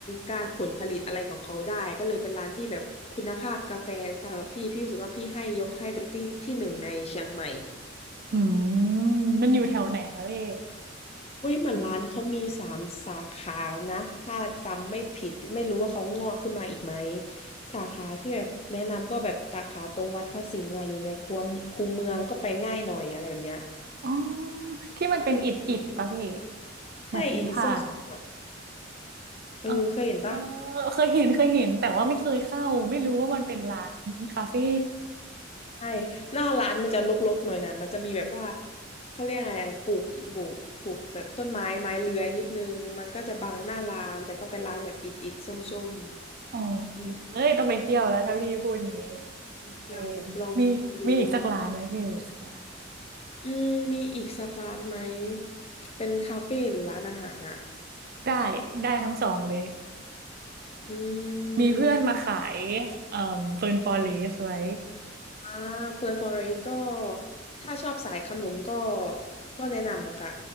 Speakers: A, on the left; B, on the right.
A: การผลผลิตอะไรของเขาได้ก็เลยเป็นร้านที่แบบคุณภาพกาแฟสำหรับพี่พี่รู้สึกว่าพี่ให้ยกให้เป็นที่ที่หนึ่งในเชียงใหม่
B: อืมมันอยู่แถวไหนคะพี่
A: อุ้ยเหมือนร้านเขามีสามสาขานะถ้าจำไม่ผิดไม่รู้ว่าเขางอกขึ้นมาอีกไหมสาขาที่แบบแนะนำก็แบบสาขาตรงวัดพระสิงห์อะอยู่ในคูคูเมืองก็ไปง่ายหน่อยอะไรแบบเนี้ย
B: อ๋อที่มันเป็นอิฐอิฐปะพี่เหมือนเคยผ่าน
A: ใช่อีส้มสมหน่อยเออเคยเห็นปะ
B: อ๋อเออเคยเห็นเคยเห็นแต่ว่าไม่เคยเข้าไม่รู้ว่ามันเป็นร้านคาเฟ่
A: ใช่หน้าร้านมันจะรกๆหน่อยนะมันจะมีแบบว่าเขาเรียกไงอะปลูกปลูกปลูกแบบต้นไม้ไม้เลื้อยนิดนึงมันก็จะบังหน้าร้านแต่ก็เป็นร้านแบบอิฐอิฐส้ม
B: อ๋อ
A: ๆอืม
B: เอ้ยต้องไปเที่ยวแล้วถ้าพี่พูดอย่างงี้
A: เที่ยวแบบลองกินดู
B: เออมีมีอีกสักร้านไหมพี่มีอีกสักร้าน
A: อืมมีอีกสักร้านไหม เป็นคาเฟ่หรือร้านอาหารอ่ะ
B: ได้ได้ทั้งสองเลย
A: อื
B: มีเพื่อนมาขาย
A: ม
B: เอ่อเฟิร์นฟอเรสไว้
A: อ่าเปิดฟอเรสก็ ถ้าชอบสายขนมก็ ก็แนะนำค่ะ